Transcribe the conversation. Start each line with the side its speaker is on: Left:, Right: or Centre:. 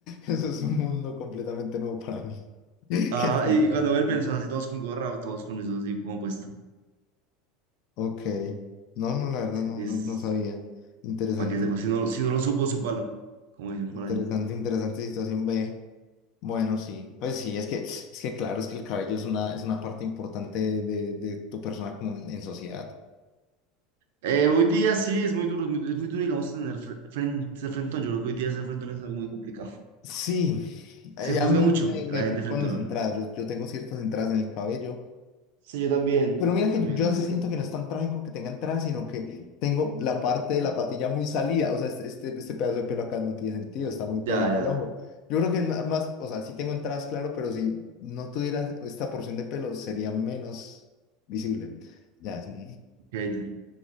Left: eso es un mundo completamente nuevo para mí. <laughs> ¿Qué
Right: Ajá,
Left: estás
Right: y,
Left: hablando?
Right: y cuando vuelven son así todos con gorra, todos con eso así como puesto.
Left: Ok. No, no, la verdad no,
Right: Es,
Left: no, no sabía. Interesante,
Right: para que sepa, si no, si no lo supo, súpalo, como dicen
Left: interesante,
Right: por ahí.
Left: interesante situación B. Bueno, sí, pues sí, es que, es que claro, es que el cabello es una, es una parte importante de, de tu persona como en, en sociedad.
Right: Eh, hoy día sí, es muy duro, es muy, es muy duro, digamos, tener fre- fren- ser frentón. Yo creo que hoy día ser frentón es algo muy complicado.
Left: Sí, eh,
Right: Se
Left: ya
Right: juzga
Left: me,
Right: mucho
Left: me-
Right: la
Left: me
Right: gente
Left: preocupan
Right: frentona.
Left: mis entradas. Yo, yo tengo ciertas entradas en el cabello
Right: Sí, yo también.
Left: Pero mira
Right: También,
Left: que yo
Right: también.
Left: sí siento que no es tan trágico que tenga entrada, sino que tengo la parte de la patilla muy salida. O sea, este, este, este pedazo de pelo acá no tiene sentido, está muy pegado
Right: Ya, ya.
Left: al ojo. Yo creo que ma- más, o sea, sí tengo entradas, claro, pero si no tuviera esta porción de pelo, sería menos visible. Ya es un
Right: Ok, te-